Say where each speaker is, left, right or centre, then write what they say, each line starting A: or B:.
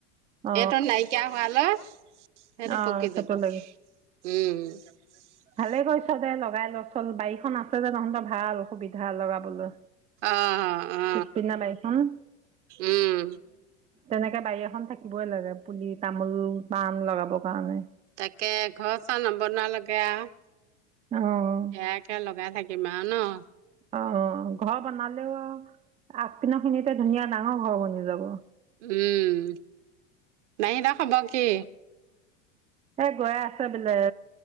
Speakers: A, on the right; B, on the right.
A: অ
B: এইটো নাইকিয়া হোৱালৈ। <unintelligible>
A: অ সেইটো লাগে ভালে কৰিছ দে লগাই ল চল, বাৰীখন আছে যে তহঁতৰ ভাল সুবিধা লগাবলৈ।
B: অ অ
A: পিচ পিনৰ বাৰীখন।
B: উম
A: তেনেকে বাৰী এখন থাকিবই লাগে পুলি তামোল-পাণ লগাবৰ কাৰণে।
B: তাকে ঘৰ চৰ নবনোৱালৈকে আৰু
A: অঁ
B: সেয়াকে লগাই থাকিম আৰু ন?
A: অ অ ঘৰ বনালেও আগ পিনৰ খিনিতে ধুনীয়া ডাঙৰ ঘৰ বনি যাব।
B: উম, নাহিদৰ খবৰ কি?
A: এ গৈ আছে বোলে